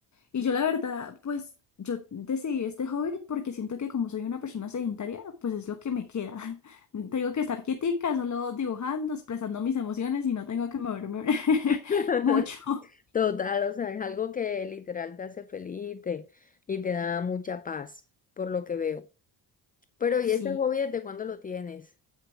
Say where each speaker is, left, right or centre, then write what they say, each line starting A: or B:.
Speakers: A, on the left (about 35°); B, on the left (about 20°).
A: Y yo la verdad, pues yo decidí este hobby porque siento que como soy una persona sedentaria, pues es lo que me queda. <laughs> Tengo que estar quietica, solo dibujando, expresando mis emociones y no tengo que moverme <laughs>
B: <laughs>
A: mucho.
B: Total, o sea, es algo que literal te hace feliz y te, y te da mucha paz, por lo que veo. Pero, ¿y
A: Sí.
B: ese hobby desde cuándo lo tienes?